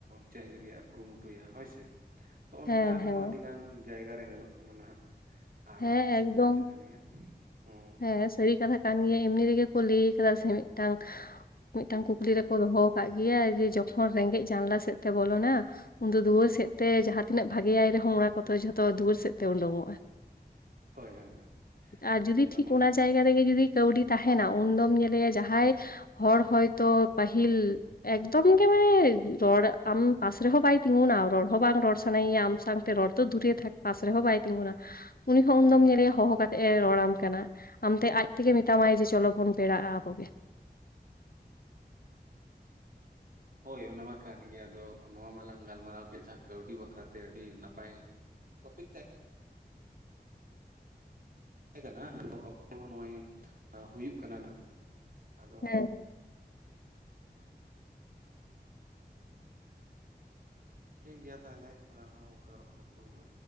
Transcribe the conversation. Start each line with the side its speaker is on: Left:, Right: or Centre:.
Right: ᱪᱮᱧᱡᱽ ᱨᱮᱭᱟᱜ ᱮ ᱠᱩᱨᱩᱢᱩᱴᱩᱭᱟ ᱦᱳᱭᱥᱮ ᱛ ᱚᱱᱠᱟ
Left: ᱦᱮᱸ
Right: ᱦᱚᱸ
Left: ᱦᱮᱸ
Right: ᱟᱹᱰᱤᱜᱟᱱ ᱡᱟᱭᱜᱟ ᱨᱮ ᱧᱮᱞᱚᱜ ᱠᱟᱱᱟ ᱱᱟᱦᱟᱸᱜ ᱟᱨ
Left: ᱦᱮᱸ
Right: ᱚᱱᱟ ᱥᱟᱹᱨᱤ
Left: ᱮᱠᱫᱚᱢ
Right: ᱠᱟᱛᱷᱟ ᱠᱟᱱ ᱜᱮᱭᱟ ᱦᱩᱸ
Left: ᱦᱮᱸ ᱥᱟᱹᱨᱤ ᱠᱟᱛᱷᱟ ᱠᱟᱱ ᱜᱮᱭᱟ ᱮᱢᱱᱤ ᱨᱮᱜᱮ ᱠᱚ ᱞᱟᱹᱭ ᱟᱠᱟᱫᱟ ᱥᱮ ᱢᱤᱫᱴᱟᱝ ᱢᱤᱫ
Right: ᱦᱩᱸ
Left: ᱴᱟᱝ ᱠᱩᱠᱞᱤ ᱨᱮᱠᱚ ᱫᱚᱦᱚ ᱠᱟᱜ ᱜᱮᱭᱟ ᱡᱮ ᱡᱚᱠᱷᱚᱱ ᱨᱮᱸᱜᱮᱡ ᱡᱟᱱᱞᱟ ᱥᱮᱫ ᱛᱮ ᱵᱚᱞᱚᱱᱟ ᱩᱱᱫᱚ ᱫᱩᱣᱟᱹᱨ ᱥᱮᱫ ᱛᱮ ᱡᱟᱸᱦᱟᱸ ᱛᱤᱱᱟᱹᱜ ᱵᱷᱟᱜᱤᱭᱟᱭ ᱨᱮᱦᱚᱸ ᱚᱱᱟ ᱠᱚ ᱡᱷᱚᱛᱚ ᱫᱩᱣᱟᱹᱨ ᱥᱮᱫ ᱛᱮ ᱩᱰᱩᱠᱚᱜᱼᱟ
Right: ᱦᱳᱭ ᱦᱳᱭ ᱦᱳᱭ
Left: ᱟᱨ ᱡᱩᱫᱤ
Right: ᱚᱱᱟ
Left: ᱴᱷᱤᱠ
Right: ᱢᱟ
Left: ᱡᱟᱭᱜᱟ ᱨᱮᱜᱮ ᱡᱩᱫᱤ ᱠᱟᱹᱣᱰᱤ ᱛᱟᱦᱮᱱᱟ ᱩᱱ ᱫᱚᱢ ᱧᱮᱞᱮᱭᱟ ᱡᱟᱦᱟᱸᱭ ᱦᱚᱲ ᱦᱚᱭᱛᱚ ᱯᱟᱹᱦᱤᱞ ᱮᱠᱫᱚᱢ ᱜᱮ ᱢᱟᱱᱮ ᱨᱚᱲ ᱟᱢ ᱯᱟᱥ ᱨᱮᱦᱚᱸ ᱵᱟᱭ ᱛᱤᱸᱜᱩᱱᱟ ᱨᱚᱲ ᱦᱚᱸ ᱵᱟᱝ ᱨᱚᱲ ᱥᱟᱱᱟᱭᱮᱭᱟ ᱟᱢ ᱥᱟᱶᱛᱮ ᱨᱚᱲ ᱚ ᱫᱷᱩᱨᱮ ᱯᱟᱥ ᱨᱮᱦᱚᱸ ᱵᱟᱭ ᱛᱤᱸᱜᱩᱱᱟ ᱩᱱᱤ ᱦᱚᱸ ᱩᱱ ᱫᱚᱢ ᱧᱮᱞᱮᱭᱟ ᱦᱚᱦᱚ ᱠᱟᱛᱮᱫ ᱮ ᱨᱚᱲᱟᱢ ᱠᱟᱱᱟ ᱟᱢᱛᱮ ᱟᱡ ᱛᱮᱜᱮ ᱢᱮᱛᱟᱢᱟᱭ ᱡᱮ ᱪᱚᱞᱚ ᱵᱚᱱ ᱯᱮᱲᱟᱜᱼᱟ ᱟᱵᱚᱜᱮ
Right: ᱦᱳᱭ ᱚᱱᱟ ᱢᱟ ᱠᱟᱱ ᱜᱮᱭᱟ ᱟᱫᱚ ᱱᱚᱣᱟ ᱢᱟᱞᱟᱟᱝ ᱜᱟᱞᱢᱟᱨᱟᱣ ᱠᱮᱫ ᱡᱟᱦᱟᱸ ᱠᱟᱹᱣᱰᱤ ᱵᱟᱠᱷᱨᱟᱛᱮ ᱟᱹᱰᱤ ᱱᱟᱯᱟᱭ ᱴᱚᱯᱤᱠ ᱛᱟᱦᱮᱸ ᱛᱟᱦᱮᱸ ᱠᱟᱱᱟ ᱟ ᱚᱠᱛᱚ ᱱᱚᱜᱼᱚᱭ ᱦᱩᱭᱩᱜ ᱠᱟᱱᱟ ᱱᱟᱜ ᱟᱫᱚ
Left: ᱦᱮᱸ
Right: ᱴᱷᱤᱠ ᱜᱮᱭᱟ ᱛᱟᱦᱚᱞᱮ ᱟᱨᱦᱚᱸ ᱚᱱᱠᱟ ᱨᱚᱯᱚᱲ ᱠᱚ ᱦᱩᱭᱩᱜᱼᱟ